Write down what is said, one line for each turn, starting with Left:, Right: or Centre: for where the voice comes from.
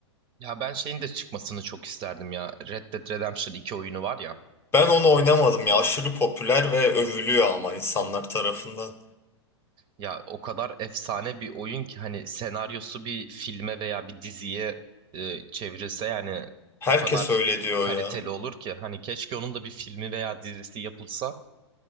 Right: Ya ben şeyin de çıkmasını çok isterdim ya. Red Dead Redemption iki oyunu var ya.
Left: Ben onu oynamadım ya aşırı popüler ve övülüyor ama insanlar tarafından.
Right: Ya o kadar efsane bir oyun ki hani senaryosu bir filme veya bir diziye e, çevrilse yani
Left: Herkes
Right: o kadar
Left: öyle diyor
Right: kaliteli
Left: ya.
Right: olur ki hani keşke onun da bir filmi veya dizisi yapılsa.